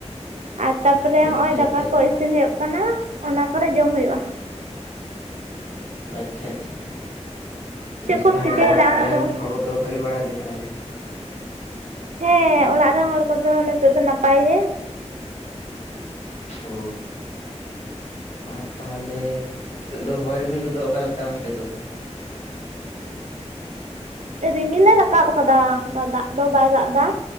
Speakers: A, on the right; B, on the left.
A: ᱟᱨ ᱛᱟᱯᱚᱨᱮ ᱦᱚᱸᱜᱼᱚᱭ
B: ᱟᱪᱪᱷᱟ
A: ᱫᱟᱠᱟ
B: ᱟᱪᱪᱷᱟ
A: ᱠᱚ ᱤᱥᱤᱱ। ᱤᱥᱤᱱ ᱦᱩᱭᱩᱜ ᱠᱟᱱᱟ ᱚᱱᱟ ᱯᱚᱨᱮ ᱡᱚᱢ ᱦᱩᱭᱩᱜᱼᱟ।
B: ᱟᱪᱪᱷᱟ ᱟᱪᱪᱷᱟ
A: ᱪᱮᱫ
B: ᱚ
A: ᱠᱚᱢ
B: ᱛᱟᱦᱟᱞᱮ
A: ᱪᱤᱠᱟᱹᱭᱮᱫᱟ
B: ᱚᱲᱟᱜ
A: ᱟᱢ
B: ᱨᱮᱱ
A: ᱫᱚ?
B: ᱦᱚᱲ ᱠᱚᱫᱚ ᱵᱷᱟᱜᱤ ᱵᱟᱲᱟ ᱜᱮ ᱛᱟᱦᱟᱞᱮ?
A: ᱦᱮᱸ ᱚᱲᱟᱜ ᱨᱮᱱ ᱦᱚᱲ ᱠᱚᱫᱚ ᱱᱤᱛᱚᱜ ᱫᱚ ᱱᱟᱯᱟᱭ ᱜᱮ
B: ᱦᱚᱻ ᱟᱨ ᱛᱟᱦᱚᱞᱮ ᱱᱤᱛᱚᱜ ᱫᱚ ᱦᱚᱭ ᱨᱤᱢᱤᱞ ᱠᱚᱫᱚ ᱚᱠᱟᱞᱮᱠᱟ ᱚᱱᱛᱮ ᱫᱚ
A: ᱨᱤᱢᱤᱞ ᱮ ᱨᱟᱠᱟᱵ ᱟᱠᱟᱫᱟ ᱚᱱᱠᱟ ᱫᱟᱜ ᱫᱚ ᱵᱟᱭ ᱫᱟᱜ ᱮᱫᱟ